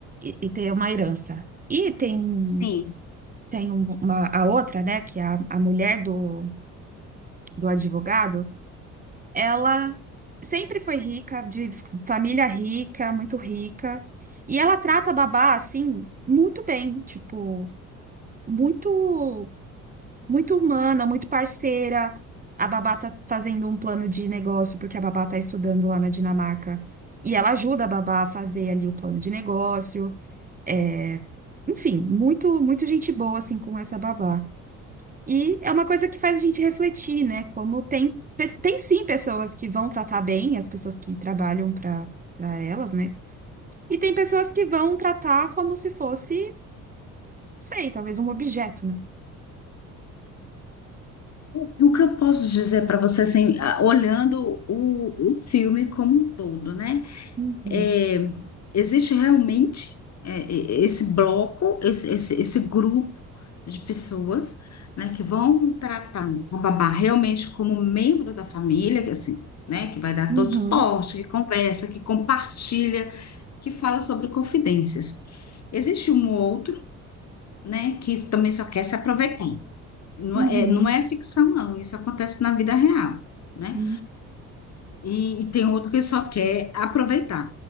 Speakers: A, on the right; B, on the left.
A: E, e ter uma herança. E tem
B: Sim.
A: tem um- uma, a outra, né, que é a, a mulher do, do advogado, ela sempre foi rica, de família rica, muito rica, e ela trata a babá, assim, muito bem, tipo, muito, muito humana, muito parceira. A babá tá fazendo um plano de negócio, porque a babá tá estudando lá na Dinamarca, e ela ajuda a babá a fazer ali o plano de negócio, é... Enfim, muito, muito gente boa, assim, com essa babá. E é uma coisa que faz a gente refletir, né? Como tem, pe- tem sim pessoas que vão tratar bem as pessoas que trabalham para para elas, né? E tem pessoas que vão tratar como se fosse, sei, talvez um objeto, né?
B: O que eu posso dizer para você, assim, a- olhando o, o filme como um todo, né?
A: Uhum,
B: É, existe realmente é, e- esse bloco, esse, esse, esse grupo de pessoas, né, que vão tratar a babá realmente como membro da família, que assim, né, que vai dar
A: uhum,
B: todo suporte, que conversa, que compartilha. que fala sobre confidências. Existe um outro, né, que também só quer se aproveitar. Não
A: uhum,
B: é, é, não é ficção, não, isso acontece na vida real, né?
A: sim.
B: E, e tem outro que só quer aproveitar.